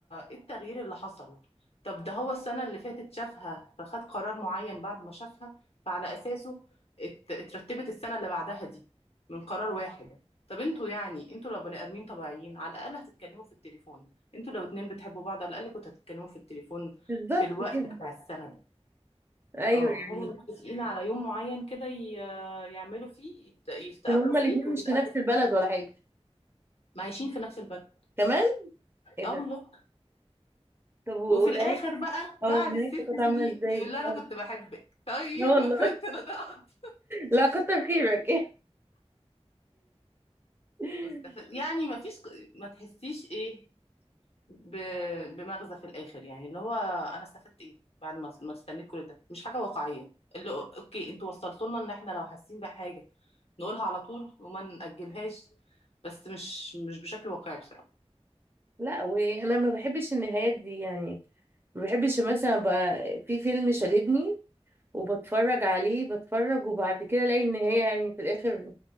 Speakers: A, on the left (about 65°); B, on the right (about 20°).
A: ايه التغيير اللي حصل طب ده هو السنة اللي فاتت شافها فخد قرار معين بعد ما شافها فعلى أساسه ات- اترتبت السنة اللي بعدها دي من قرار واحد طب انتوا يعني انتوا لو بني آدمين طبيعيين على الأقل هتتكلموا في التليفون انتوا لو اتنين بتحبوا بعض على الأقل كنتوا هتتكلموا في التليفون
B: بالظبط
A: في الوقت
B: كده
A: بتاع السنة ده
B: ايوه
A: اه
B: يعني
A: هما متفقين على يوم معين كده ي- يعملوا فيه يت- يتقابلوا
B: كان هما
A: فيه
B: الاتنين
A: وبيتقابلوا
B: مش في نفس البلد
A: فيه
B: ولا حاجه
A: معايشين في نفس البلد
B: كمان ايه
A: اه
B: ده
A: والله
B: طب ونهاية
A: وفي الاخر بقى بعد
B: اه نهايته
A: الست
B: كانت عامله
A: سنين
B: ازاي
A: يقول لي انا
B: اه
A: كنت بحبك طيب
B: لا والله
A: <laughs> كنت انا ضغط
B: لا كتر خيرك <laughs>
A: مستفز يعني ما فيش ما تحسيش ايه ب... بمغزى في الاخر يعني اللي هو انا استفدت ايه بعد ما ما استنيت كل ده مش حاجه واقعيه اللي هو اوكي انتوا وصلتوا لنا ان احنا لو حاسين بحاجه نقولها على طول وما نأجلهاش بس مش مش بشكل واقعي بصراحه
B: لا وانا ما بحبش النهايات دي يعني ما بحبش مثلا بقى في فيلم شددني وبتفرج عليه بتفرج وبعد كده الاقي النهاية يعني في الاخر